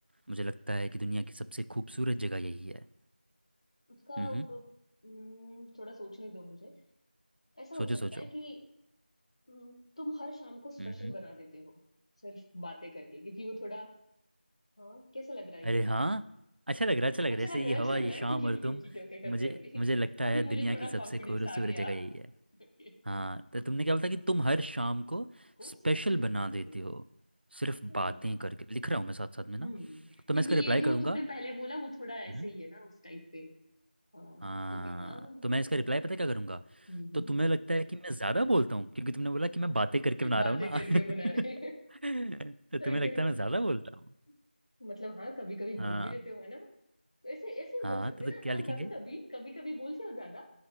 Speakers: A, on the right; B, on the left.
A: मुझे लगता है कि दुनिया की सबसे खूबसूरत जगह यही है
B: उसका
A: हम्म
B: ऊपर- हम्म, थोड़ा सोचने दो मुझे ऐसा हो
A: सोचो
B: सकता
A: सोचो
B: है कि हम्म, तुम हर शाम को स्पेशल
A: हम्म
B: बना देते हो सिर्फ बातें करके क्योंकि वो थोड़ा हाँ कैसा लग रहा है
A: अरे
B: ये?
A: हाँ अच्छा लग रहा है अच्छा लग
B: अच्छा
A: रहा है ऐसे
B: लग
A: ये
B: रहा है
A: हवा
B: अच्छा लग
A: ये
B: रहा
A: शाम
B: है ठीक है
A: और
B: ठीक
A: तुम
B: है ठीक है ओके करते
A: मुझे
B: हैं अभी
A: मुझे लगता
B: अभी
A: है
B: मुझे
A: दुनिया
B: थोड़ा
A: की सबसे
B: कॉन्फिडेंस
A: खूबसूरत
B: आ गया
A: जगह यही है
B: ओके
A: हाँ तो तुमने क्या बोला था कि तुम हर शाम को
B: को
A: स्पेशल
B: स्पेशल बना
A: बना
B: देते
A: देते
B: हैं
A: हो सिर्फ
B: हाँ
A: बातें करके लिख रहा हूँ मैं साथ साथ में
B: हम्म
A: ना तो
B: क्योंकि
A: मैं इसका
B: ये
A: रिप्लाई
B: जो
A: करूँगा
B: तुमने पहले बोला वो थोड़ा ऐसे
A: हम्म
B: ही है ना उस टाइप पे हाँ
A: हाँ
B: ओके हाँ हम्म
A: तो मैं इसका रिप्लाई पता है क्या करूँगा
B: हम्म,
A: तो तुम्हें लगता है कि मैं ज़्यादा बोलता हूँ क्योंकि तुमने बोला कि मैं बातें करके बना
B: बातें
A: रहा हूँ ना
B: करके
A: <laughs>
B: बना रहे
A: तो तुम्हें
B: Okay
A: लगता
B: okay
A: है मैं ज़्यादा बोलता हूँ
B: <laughs> मतलब हाँ कभी कभी
A: हाँ
B: बोल भी देते हो है ना ऐसे ऐसे ही
A: हाँ
B: बोल सकते
A: तो,
B: हैं
A: तो
B: ना
A: क्या
B: हाँ
A: लिखेंगे
B: कभी कभी कभी कभी बोलते हो ज्यादा